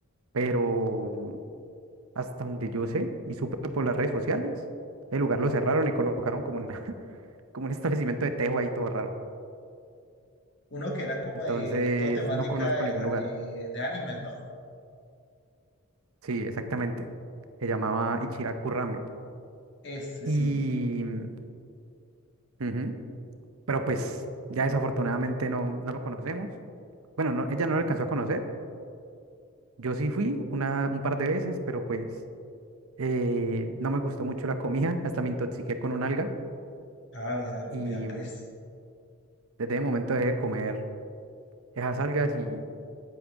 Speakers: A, on the right; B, on the left.
A: pero hasta donde yo sé y supe por las redes sociales, el lugar lo cerraron y colocaron como una, <laughs> como un establecimiento de tejo ahí todo raro.
B: Uno que era como
A: Entonces,
B: de todo temática
A: no conozco
B: de,
A: ningún
B: ja-
A: lugar.
B: de, de animes, ¿no?
A: Sí, exactamente. Se llamaba Ichiraku Ramen.
B: Ese
A: Y...
B: sí.
A: mm, ujú, Pero pues ya desafortunadamente no, no lo conocemos. Bueno, no, ella no lo alcanzó a conocer. Yo sí fui una, un par de veces, pero pues eh, no me gustó mucho la comida. <laughs> Hasta me intoxiqué con un alga.
B: Ah, ya,
A: Y
B: vea pues,
A: mm, desde ese momento dejé de comer esas algas y,